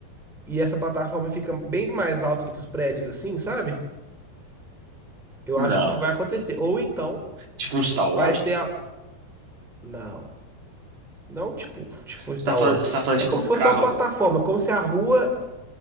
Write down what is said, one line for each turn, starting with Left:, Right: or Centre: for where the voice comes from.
Centre: e essa plataforma fica bem mais alta do que os prédios, assim, sabe? Eu
Right: não.
Centre: acho que isso vai acontecer. Ou então
Right: Tipo um Star
Centre: vai
Right: Wars?
Centre: ter a... Não. Não tipo, tipo
Right: Você
Centre: Star
Right: tá falando,
Centre: Wars.
Right: você tá falando
Centre: É
Right: tipo
Centre: como se fosse
Right: carro.
Centre: uma plataforma, como se a rua